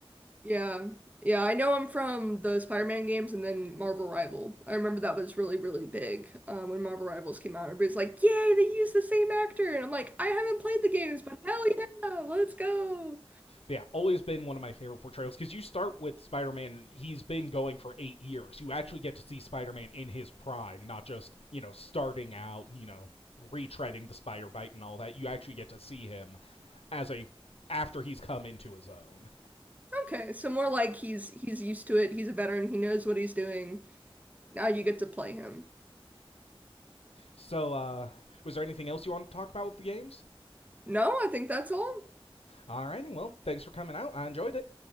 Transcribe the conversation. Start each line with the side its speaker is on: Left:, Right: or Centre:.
Right: Yeah. Yeah, I know him from the Spider-Man games and then Marvel Rival. I remember that was really, really big um, when Marvel Rivals came out. Everybody's like, "Yay, they used the same actor!" And I'm like, "I haven't played the games, but hell yeah, let's go!"
Left: yeah, always been one of my favorite portrayals because you start with Spider Man. He's been going for eight years. You actually get to see Spider Man in his prime, not just, you know, starting out, you know, retreading the spider bite and all that. You actually get to see him as a. after he's come into his own.
Right: Okay, so more like he's he's used to it. He's a veteran. He knows what he's doing. Now you get to play him.
Left: So, uh, was there anything else you want to talk about with the games?
Right: No, I think that's all.
Left: Alrighty, well, thanks for coming out. I enjoyed it.